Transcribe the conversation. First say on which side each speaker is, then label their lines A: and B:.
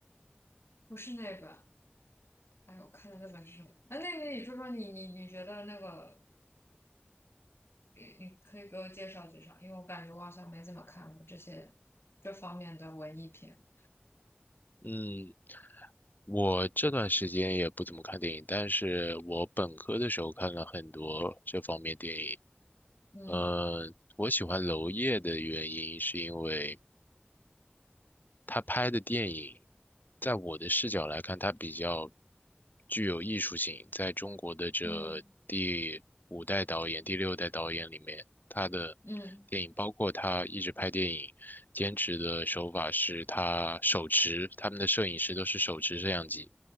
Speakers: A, on the left; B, on the left.
A: 不是那本。哎呦我看的那本是什么？那那个你说说你你你觉得那个，你你可以给我介绍介绍，因为我感觉我好像没怎么看过这些这方面的文艺片。
B: 嗯，我这段时间也不怎么看电影，但是我本科的时候看了很多这方面电影。
A: 嗯
B: 嗯、我喜欢娄烨的原因是因为。他拍的电影，在我的视角来看，他比较具有艺术性。在中国的这第五代导演、
A: 嗯
B: 第六代导演里面，他的
A: 嗯
B: 电影，包括他一直拍电影，坚持的手法是他手持，他们的摄影师都是手持摄像机，